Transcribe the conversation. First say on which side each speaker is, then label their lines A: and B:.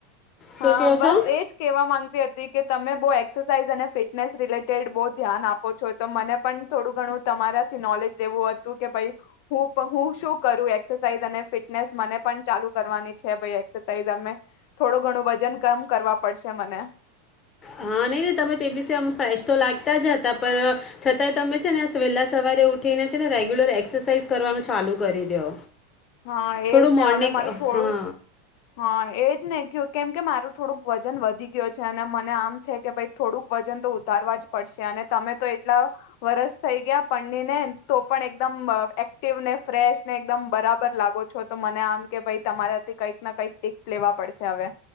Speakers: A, on the left; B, on the left.
A: શું
B: હા
A: કહો
B: બસ
A: છો
B: એજ કેવા માંગતી હતી કે તમે બહુ એ એક્સરસાઇઝ અને ફિટનેસ રિલેટેડ બહુ ધ્યાન આપો છો તો મને પણ થોડું ઘણું તમારાથી નોલેજ દેવું હતું કે ભાઈ હું હું શું કરું એક્સરસાઇઝ અને ફિટનેસ મને પણ ચાલુ કરવાની છે ભઇ એક્સરસાઇઝ અમે થોડું ઘણું વજન કમ કરવા પડશે મને
A: હા નહી નહી તમે તે દિવસે અમ ફ્રેશ તો લાગતા જ હતા પર છતાંય તમે છે ને વહેલા સવારે ઉઠીને છે ને રેગ્યુલર એક્સરસાઇઝ કરવાનું ચાલુ કરી દો
B: હા
A: થોડું
B: એજ ને
A: મોર્નિંગ
B: હવે મારું થોડું
A: હા
B: હા એજ ને કેમ કે મારું થોડુંક વજન વધી ગયુ છે અને મને આમ છે કે ભ થોડુંક વજન તો ઉતારવા જ પડશે અને તમે તો એટલા વરસ થઈ ગયા પરણી ને તો પણ એકદમ એક્ટિવ ને ફ્રેશ ને એકદમ બરાબર બરાબર લાગો છો તો મને આમ કે ભાઈ તમારાથી કઈક ના કંઈક ટીપ લેવા પડશે હવે